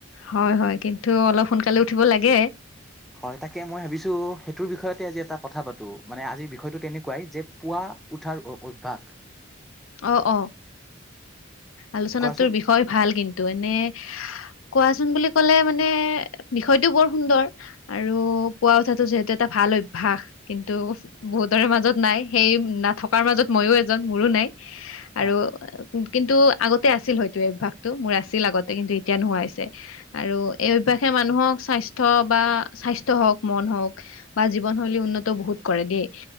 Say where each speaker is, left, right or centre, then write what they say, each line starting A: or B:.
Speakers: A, on the left (about 85°); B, in the centre.
A: হয় হয় কিন্তু অলপ সোনকালে উঠিব লাগে-
B: হয় তাকে মই ভাবিছো সেইটোৰ বিষয়তে আজি এটা কথা পাতো মানে আজিৰ বিষয়টো তেনেকুৱাই যে পুৱা- উঠাৰ অভ্যাস -
A: অ অ আলোচনাটোৰ
B: কোৱাচোন
A: বিষয় ভাল কিন্তু এনে কোৱাচোন বুলি কলে মানে বিষয়টো বৰ সুন্দৰ আৰু পোৱা উঠাটো যিহেতু এটা ভাল অভ্যাস কিন্তু বহুতৰে মাজত নাই সেই নথকাৰ মাজত মইয়ো এজন মোৰো নাই আৰু
B: হয়।
A: কিন্তু আগতে আছিল হয়তো এই অভ্যাসটো মোৰ আছিল আগতে কিন্তু এতিয়া নোহোৱা হৈছে আৰু এই অভ্যাসে মানুহক স্বাস্থ্য বা স্বাস্থ্য হওক মন হওক বা জীৱনশৈলী উন্নত বহুত কৰে দেই